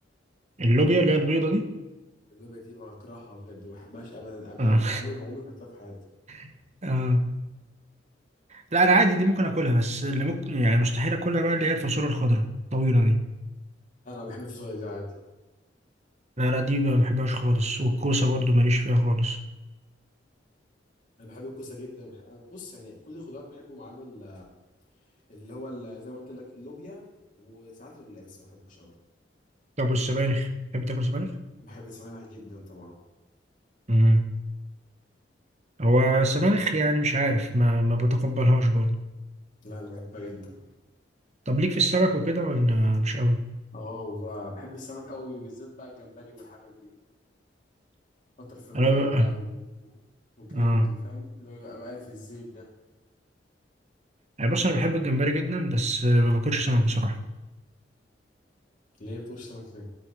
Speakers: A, on the right; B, on the left.
A: اللوبيا اللي هي البيضة دي
B: اللعبة دي بكرهها بجد ما بحبهاش أبدا أبدا
A: اه
B: عمري ما عمري ما كلتها في حياتي
A: <laughs> اه لا انا عادي دي ممكن اكلها بس اللي ممكن يعني مستحيل اكلها بقى اللي هي الفاصوليا الخضراء الطويلة دي
B: أنا بحب الفصوليا دي عادي
A: لا لا دي ما بحبهاش خالص والكوسة برضو ماليش فيها خالص
B: أنا بحب الكوسة جدا بح... أنا بص يعني كل الخضار بحبه ما عدا ال- اللي هو ال- زي ما قلت لك اللوبيا وساعات القلقاس ما بحبوش أوي
A: طب والسبانخ تحب تاكل سبانخ
B: بحب السمك جدا طبعا
A: امم هو السبانخ يعني مش عارف ما ما بتقبلهاش برضه
B: لا أنا بحبها جدا
A: طب ليك في السمك وكده ولا مش قوي
B: أه وب- بحب السمك أوي بالذات بقى الجمبري والحاجات دي بتر فلاي
A: انا ب...
B: بقى و... وجريلد
A: اه
B: وفاهم اللي هو بقى مقلي في الزيت ده
A: يعني بص انا بحب الجمبري جدا بس ما باكلش سمك بصراحه
B: اللي هي بتوش سمك ده